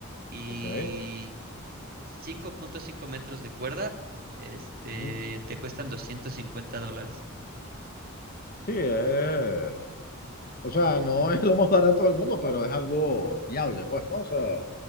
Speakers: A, on the right (about 45°); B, on the left (about 45°).
A: y
B: ok.
A: 5.5 metros de cuerda, este,
B: ujú.
A: te cuestan 250 dólares.
B: Sí, eh, o sea, no <laughs> es lo más barato del mundo, pero es algo viable, pues, ¿no? O sea,